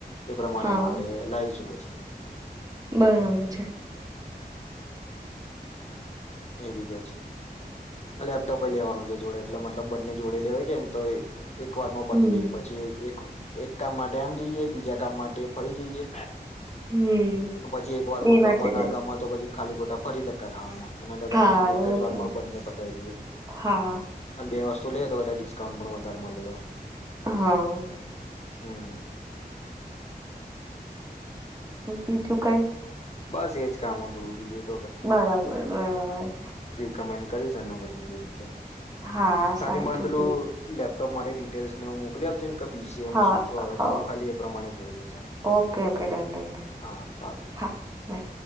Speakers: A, on the left; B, on the right.
A: એ પ્રમાણેનું
B: હા
A: આપડે લાવશું. જી.
B: બરાબર છે.
A: એ રીતે જ લેપટોપ એ લેવાનું છે જોડે એટલે મતલબ બંને જોડે લે. લેવાય જાયને તો એક. એક વાર પતી
B: હમ
A: જાય પછી એક. એક કામ માટે આમ જઈએ બીજા કામ માટે ફરી જઈએ.
B: હમ
A: પછી એક વારમાં
B: એ વાત
A: ગમા
B: છે
A: ના
B: કે-
A: ગમા તો પછી. ખાલી ખોટા ફરી ધક્કા ક ખાવાના. એના કરતા
B: હા
A: મેં કીધું એક
B: એ
A: જ વારમાં
B: ને.
A: બંને પતાવી દઇએ
B: હા
A: અને બે વસ્તુ. શું લઈએ તો વધારે ડિસ્કાઉન્ટ પણ વધારે મળે તો
B: હા.
A: હમ.
B: બીજું કઈ?
A: બસ એજ કામ હતું બીજું.
B: બરાબર બરાબર
A: <inaudible> કરીશ આના પછી જે તે.
B: હા
A: ખાલી
B: સાચું
A: મન પેલું
B: કીધું
A: લે. લેપટોપ માટે ડિટેલ્સનેુ એવુ મોકલી આપજ ને. બીસીઆઈમાં
B: હા
A: શું શું આવે
B: હા
A: તો હું ખાલી એ પ્રમાણે જોઈ લઈશ ને.
B: Okay okay done done done
A: હા સારું.
B: હા બાય